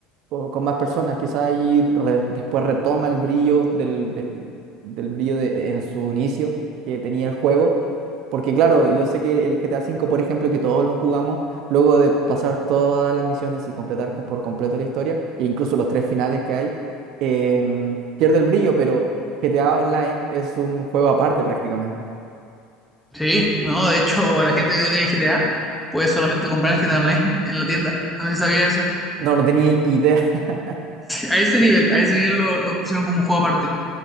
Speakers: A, on the right; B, in the centre.
A: o con más personas, quizás ahí re- después retoma el brillo del, del, del brillo de, en su inicio que tenía el juego Porque claro, yo sé que el GTA V, por ejemplo, que todos lo jugamos, luego de pasar todas las misiones y completar co- por completo la historia, e incluso los tres finales que hay, em, pierde el brillo, pero GTA Online es un juego aparte prácticamente.
B: Sí, no, de hecho, a la gente que no tiene GTA puede solamente comprar el GTA Online en la tienda. No sé si sabía eso.
A: No, no tenía idea. <laughs>
B: A ese nivel, a ese nivel lo, lo pusieron como un juego aparte.